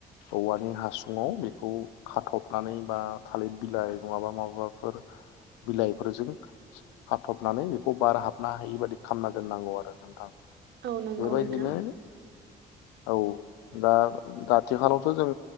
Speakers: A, on the left (about 85°); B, on the right (about 70°).
A: औवानि हासुङाव बेखौ खाथबनानै बा थालिर बिलाइ नङाबा माबाफोर बिलाइफोरजों जों खाथबनानै बेखौ बार हाबनो हायि बायदि खालामना दोननांगौ आरो नोंथां
B: औ नंगौ
A: बेबायदिनो
B: नोंथां
A: औ दा आथिखालावथ' जों